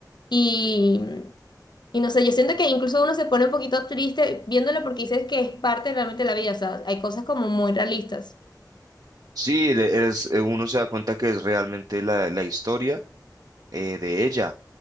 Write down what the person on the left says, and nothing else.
Y, y no sé, yo siento que incluso uno se pone un poquito triste viéndola porque dices que es parte realmente de la vida. O sea, hay cosas como muy realistas.